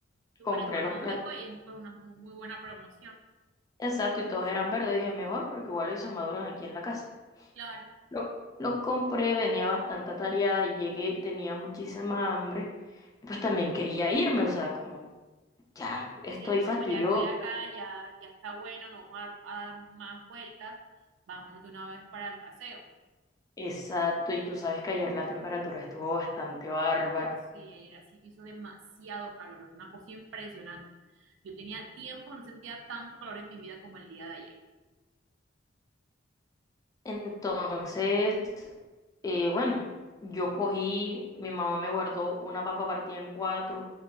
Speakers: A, on the right; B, on the left.
A: Súper
B: Compré
A: económico
B: los plátanos,
A: y es pues una muy buena promoción.
B: exacto, y todos eran verdes. Dije, mejor porque igual ellos se maduran aquí en la casa.
A: Claro.
B: Lo, lo compré, venía bastante atareada y llegué, tenía muchísima hambre. Y pues también quería irme, o sea, como ya estoy
A: Sí,
B: fastidioso.
A: como ya estoy acá, ya, ya está bueno, no vamos a, dar a dar más vueltas, vámonos de una vez para el paseo.
B: Exacto, y tú sabes que ayer la temperatura estuvo bastante bárbara.
A: Sí, ayer así hizo demasiado calor, una cosa impresionante. Yo tenía tiempo, no sentía tanto calor en mi vida como el día de ayer.
B: Entonces, eh, bueno, yo cogí, mi mamá me guardó una papa partida en cuatro,